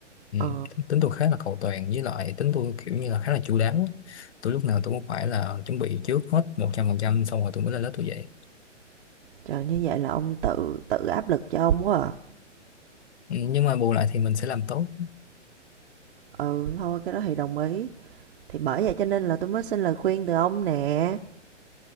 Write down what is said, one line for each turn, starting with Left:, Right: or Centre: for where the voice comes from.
Left: Ừ.
Right: Ờ,
Left: Tính tôi khá là cầu toàn với lại tính tôi kiểu như là khá là chu đáo tôi lúc nào tôi cũng phải là chuẩn bị trước hết một trăm phần trăm xong rồi tôi mới lên lớp tôi dạy
Right: trời, như vậy là ông tự tự áp lực cho ông quá à.
Left: Ừ, nhưng mà bù lại thì mình sẽ làm tốt
Right: Ừ, thôi cái đó thì đồng ý. Thì bởi vậy cho nên là tôi mới xin lời khuyên từ ông nè.